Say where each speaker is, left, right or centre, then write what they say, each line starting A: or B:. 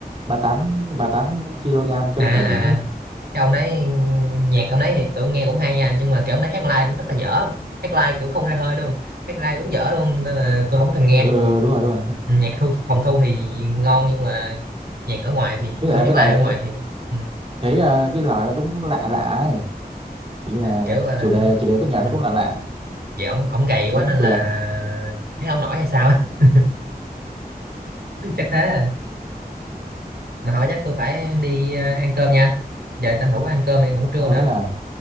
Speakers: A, on the right; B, on the right.
A: ba tám ba tám kg cân
B: à à
A: cả
B: à
A: bỉm ấy
B: cái ông đấy nhạc ông đấy thì tụi nghe cũng hay nha nhưng mà kiểu ông đấy hát live nó rất là dở hát live kiểu không ra hơi luôn hát live đúng dở luôn nên là tôi không thèm nghe
A: ừ, ừ, ừ, đúng rồi đúng rồi
B: Ừ, nhạc thu phòng thu thì ngon nhưng mà nhạc ở ngoài thì
A: với
B: ở
A: lại
B: hát
A: với lại
B: live ở
A: thấy
B: ngoài thì ừ,
A: thấy ờ, cái lời nó cũng lạ lạ ấy kiểu như là
B: kiểu gọi là
A: chủ đề chủ đề với nhạc
B: ừ,
A: nó cũng lạ lạ
B: vậy ông ông gầy quá
A: thế
B: nên
A: cũng được
B: là hát không nổi hay sao á. <laughs> chắc thế rồi mà hỏi chắc tôi phải đi ờ, ăn cơm nha giờ tranh thủ ăn cơm để ngủ trưa
A: Ồ
B: nữa
A: thế à